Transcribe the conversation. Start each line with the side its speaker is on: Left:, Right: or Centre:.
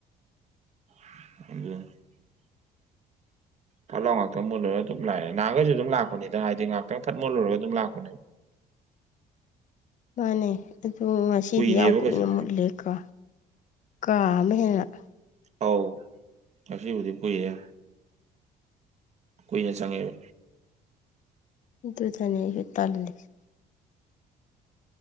Right: <unintelligible>
Left: <inaudible>
Right: ꯐꯠꯂꯥꯎ ꯉꯥꯛꯇꯪ ꯃꯨꯠꯂꯨꯔꯒ ꯑꯗꯨꯝ ꯂꯥꯛꯑꯦ ꯅꯍꯥꯟꯈꯩꯁꯨ ꯑꯗꯨꯝ ꯂꯥꯛꯄꯅꯤꯗ ꯍꯥꯏꯗꯤ ꯉꯥꯛꯇꯪ ꯐꯠ ꯃꯨꯜꯂꯨꯔꯒ ꯑꯗꯨꯝ ꯂꯥꯛꯄꯅꯦ
Left: ꯃꯥꯅꯦ ꯑꯗꯨ ꯉꯁꯤꯗꯤ
Right: ꯀꯨꯏꯗꯦꯕ
Left: ꯌꯥꯝ ꯀꯨꯏꯅ
Right: ꯀꯩꯁꯨ
Left: ꯃꯨꯠꯂꯦꯀꯣ ꯀꯥ ꯑꯃ ꯍꯦꯟꯅ
Right: ꯑꯧ ꯉꯁꯤꯕꯨꯗꯤ ꯀꯨꯏꯌꯦ ꯀꯨꯏꯅ ꯆꯪꯉꯦ
Left: ꯑꯗꯨꯗꯅꯦ ꯑꯩꯅ ꯇꯜꯂꯤꯁꯦ